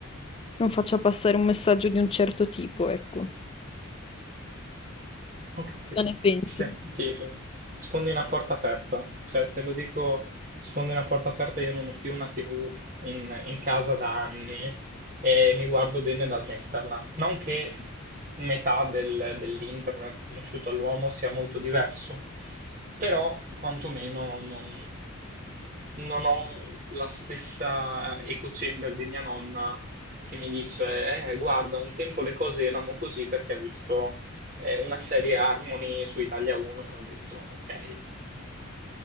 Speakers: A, on the left (about 25°); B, on the right (about 35°).
A: non faccia passare un messaggio di un certo tipo, ecco.
B: Ho capito.
A: Cosa ne pensi?
B: Cioè, ti sfondi una porta aperta. Cioè, te lo dico, sfondi una porta aperta, io non ho più una TV in, in casa da anni e mi guardo bene dal metterla. Non che metà del- dell'internet conosciuto all'uomo sia molto diverso, però quantomeno non, non ho la stessa eco chamber di mia nonna che mi dice, eh, guarda, un tempo le cose erano così perché ha visto eh, una serie Harmony su Italia 1 e ho detto ok.